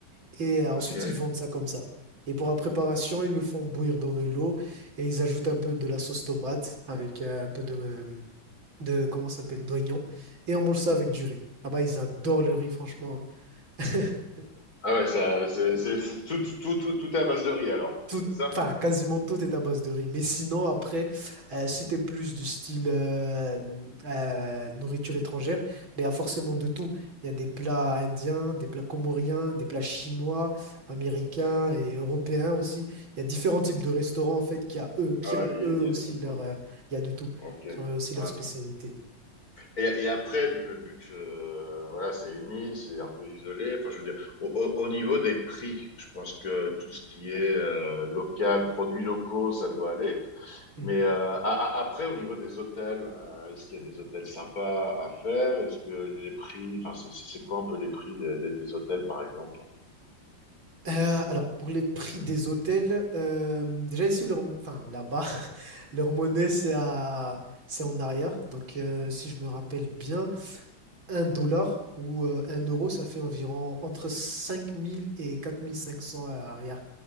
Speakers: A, on the right; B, on the left.
A: Et euh, ensuite,
B: Ok.
A: ils vendent ça comme ça. Et pour la préparation, ils le font bouillir dans de l'eau et ils ajoutent un peu de la sauce tomate avec euh, un peu de, de, comment ça s'appelle, d'oignons, et on mange ça avec du riz. Là-bas, ils adorent le riz, franchement. <laughs>
B: Ah ouais, ça, c'est, c'est, c'est tout, tout, tout, tout, tout est à base de riz, alors.
A: Tout,
B: C'est ça?
A: enfin, quasiment tout est à base de riz. Mais sinon, après, euh, si t'es plus du style euh, euh, nourriture étrangère, mais il y a forcément de tout. Il y a des plats indiens, des plats comoriens, des plats chinois, américains et européens aussi. Il y a différents types de restaurants, en fait, qui a eux, qui
B: Ah,
A: ont
B: il
A: eux
B: y a il y
A: aussi
B: a tout,
A: leur,
B: quoi.
A: euh, il y a de tout,
B: Ok.
A: qui ont eux aussi leur
B: Ouais.
A: spécialité.
B: Et, et après, vu que, vu que euh, voilà, c'est uni, c'est un peu isolé, enfin, je veux dire, au, au- au niveau des prix, je pense que tout ce qui est euh, local, produits locaux, ça doit aller.
A: Mhm.
B: Mais euh, a- a- après, au niveau des hôtels, euh, est-ce qu'il y a des hôtels sympas à faire? Est-ce que les prix, enfin, c'est c'est quoi un peu les prix des, des- des hôtels, par exemple?
A: Euh, alors, pour les prix des hôtels, euh, déjà ici, leur, enfin là-bas, <laughs> leur monnaie, c'est à, c'est en arrière. Donc, euh, si je me rappelle bien, un dollar ou euh, un euro, ça fait environ entre 5000 et 4500 à arrière.